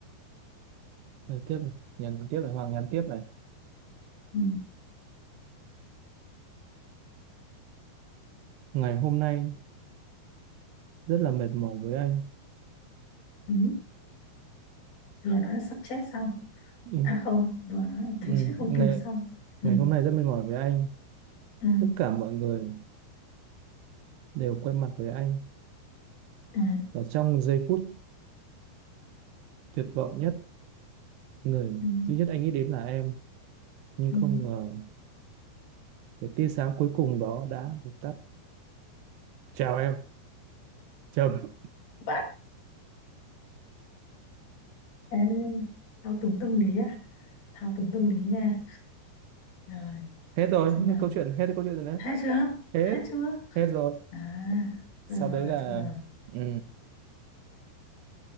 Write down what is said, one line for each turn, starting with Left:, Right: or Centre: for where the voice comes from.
Right: Rồi tiếp này. nhắn tiếp này Hoàng nhắn tiếp này
Left: Ừ.
Right: ngày hôm nay rất là mệt mỏi với anh
Left: Ừ. vừa nói là sắp chết xong
Right: ừ.
Left: à không vừa nói là thấy
Right: Ừ.
Left: chết không
Right: Ngày,
Left: cứu xong ừ
Right: ngày hôm nay rất mệt mỏi với anh
Left: ừ
Right: tất cả mọi người đều quay mặt với anh
Left: ừ
Right: và trong giây phút tuyệt vọng nhất người
Left: ừ
Right: duy nhất anh nghĩ đến là em nhưng
Left: ừ
Right: không ngờ cái tia sáng cuối cùng đó đã vụt tắt chào em chấm
Left: Vãi. Ê, thao túng tâm lý à thao túng tâm lý nha rồi
Right: hết rồi
Left: xem nào
Right: hết câu chuyện hết câu chuyện rồi đấy
Left: hết chưa
Right: hết
Left: hết chưa
Right: hết rồi
Left: à
Right: sau
Left: rồi rồi
Right: đấy là
Left: thôi rồi
Right: ừ.